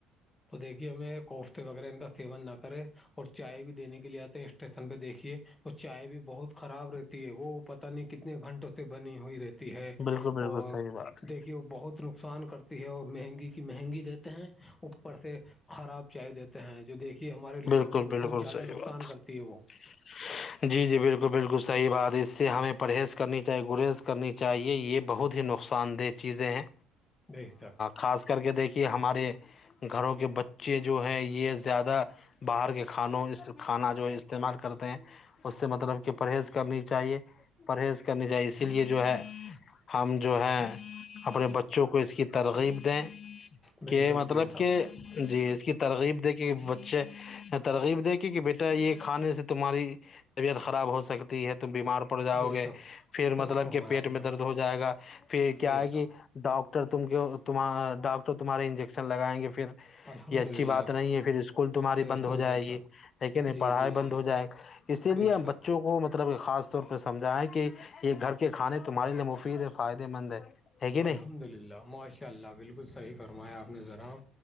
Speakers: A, on the left (about 15°); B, on the left (about 40°).
A: تو دیکھیے ہمیں کوفتے وغیرہ ان کا سیون نہ کرے اور چائے بھی دینے کے لیے آتے ہیں اسٹیشن پہ دیکھیے چائے بھی بہت خراب رہتی ہے وہ پتہ نہیں کتنے گھنٹوں سے بنی ہوئی رہتی ہے
B: بالکل بالکل
A: اور
B: صحیح بات
A: دیکھیے بہت نقصان کرتی ہے اور مہنگی کی مہنگی دیتے ہیں اوپر سے خراب چائے دیتے ہیں جو دیکھیے ہمارے لیور
B: بالکل
A: کو بہت
B: بالکل
A: زیادہ
B: صحیح
A: نقصان
B: بات
A: کرتی ہے وہ
B: <inaudible> جی جی بالکل بالکل صحیح بات ہے اس سے ہمیں پرہیز کرنی چاہیے گریز کرنی چاہے یہ بہت ہی نقصان نقسان دہ چیزیں ہیں
A: بے شک
B: خاص کر کے دیکھیے ہمارے گھروں کے بچے جو ہیں یہ زیادہ باہر کے کھانوں اس کھانا جو ہے استعمال کرتے ہیں اس سے مطلب کہ پرہیز کرنی چاہیے پرہیز کرنے چاہے اسی لیے جو ہے ہم جو ہے اپنے بچوں کو اس کی ترغیب دیں
A: بے
B: کہ
A: شک
B: مطلب
A: بے شک
B: کہ جی اس کی ترغیب دیکھی کہ بچے ترغیب دیکھی کہ بیٹا یہ کھانے سے تمہاری طبیعت خراب ہو سکتی ہے تم بیمار پر پڑ جاؤ
A: بے
B: گے
A: شک
B: پھر
A: صحیح
B: مطلب
A: فرمایا
B: کہ پیٹ
A: آپ نے
B: میں درد ہو جائے گا پھر کیا
A: بے
B: ہے کہ
A: شک
B: ڈاکٹر ت ت ڈاکٹر تمہارے انجیکشن لگائیں گے پھر
A: الحمد
B: یہ اچھی
A: للہ
B: بات نہیں ہے پھر اسکول تمہاری
A: بے
B: بند
A: شک
B: ہو جائے
A: بے
B: گی
A: شک
B: یک نہیں
A: جی
B: پڑھائی
A: جی
B: بند
A: جی
B: ہو جائے اسی
A: بے
B: لیے ہم
A: شک
B: بچوں کو مطلب خاص طور پہ سمجھائ کہ یہ گھر کے کھانے تمہارے لیے مفید فائدے مند ہے ہے کہ نہیں
A: الحمد للہ معاشی چء اللہ بالکل صحیح فرمایا آپ نے ذرا